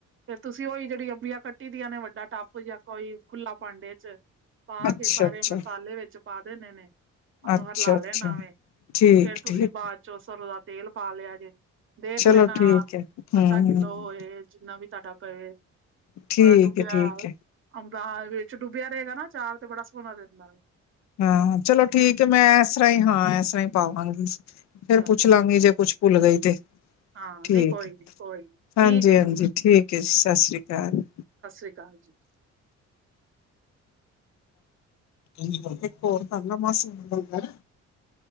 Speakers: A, on the right; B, on the left.
A: ਫੇਰ ਤੁਸੀਂ ਉਹੀ, ਜਿਹੜੀ ਅੰਬੀਆਂ ਕੱਟੀ ਦੀਆਂ ਨੇ ਵੱਡਾ ਟੱਪ ਜਾਂ ਕੋਈ ਖੁਲਾ ਭਾਂਡੇ ਚ ਪਾ
B: ਅੱਛਾ
A: ਕੇ। ਸਾਰੇ
B: ਅੱਛਾ
A: ਮਸਾਲੇ ਵਿੱਚ ਪਾ ਦੇਣੇ ਨੇ। ਉਹਨੂੰ
B: ਅੱਛਾ-ਅੱਛਾ
A: ਹਰਲਾ ਲੈਣਾਵੇਂ।
B: ਠੀਕ-ਠੀਕ
A: ਫੇਰ ਤੁਸੀਂ ਬਾਅਦ ਚੋਂ ਸਰੋਂਦਾ ਤੇਲ ਪਾ ਲਿਆ। ਜੇ ਦੇਖ
B: ਚਲੋ
A: ਲੈਣਾ
B: ਠੀਕ ਹੈ ਹਮ
A: ਅੱਧਾ ਕਿੱਲੋ ਹੋਏ ਜਿੰਨਾ ਵੀ <unintelligible>
B: ਠੀਕ
A: ਡੁਬਿਆ
B: ਹੈ ਠੀਕ
A: ਅ
B: ਹੈ
A: ਹਾਂ ਵਿੱਚ ਡੁੱਬਿਆ ਰਹੇਗਾ ਨਾ ਅਚਾਰ ਤੇ ਬੜਾ ਸੋਹਣਾ ਰਿੰਦਾ।
B: ਹਾਂ ਚਲੋ ਠੀਕ ਹੈ। ਮੈਂ ਇਸ ਤਰ੍ਹਾਂ ਹੀ ਹਾਂ। ਇਸ ਤਰ੍ਹਾਂ ਹੀ ਪਾਵਾਂਗੀ। ਫੇਰ
A: ਚਲ
B: ਪੁੱਛ ਲਾਂਗੀ। ਜੇ ਕੁ ਕੁਛ ਭੁੱਲ ਗਈ, ਤੇ
A: ਹਾਂ
B: ਠੀਕ
A: ਨਹੀਂ ਕੋਈ ਨੀ ਕੋਈ ਨੀ
B: ਹਾਂਜੀ
A: ਠੀਕ ਹੈ
B: -ਹਾਂਜੀ
A: ਜੀ ਚਲ
B: ਠੀਕ ਹੈ ਜੀ। ਸਤਿ ਸ੍ਰੀ ਅਕਾਲ। <unintelligible> ਚਾਰ।
A: ਏ ਹਾਂਜੀ।
B: ਏਕ ਹੋਰ ਕਰ ਮਾਸੀ ਦੇ ਮੰਡੇ ਨੂੰ ਕਰ।